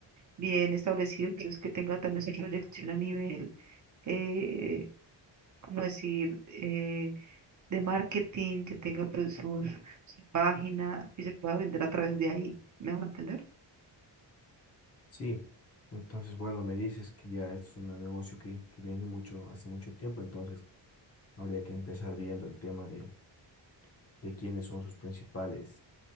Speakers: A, on the right; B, on the left.
A: bien establecido, entonces que tenga también su proyección a nivel, eh, como decir, eh, de marketing, que tenga pues sus, su página y se pueda vender a través de ahí. ¿Me van a entender?
B: Sí, entonces, bueno, me dices que ya es un negocio que, que viene mucho, hace mucho tiempo, entonces... habría que empezar viendo el tema de, de quiénes son sus principales